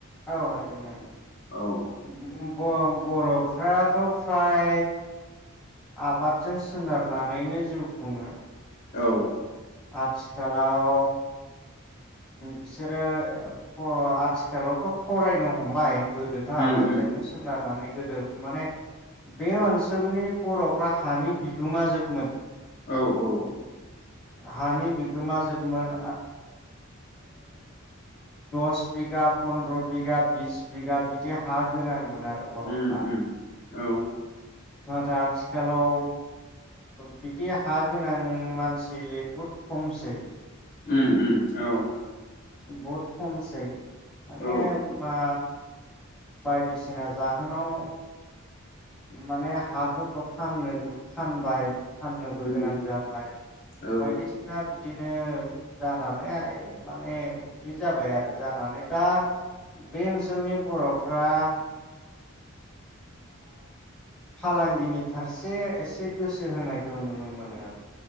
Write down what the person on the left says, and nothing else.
औ
औ।
उम
उम
औ औ।
उम उम औ।
उम उम औ
औ
उम
औ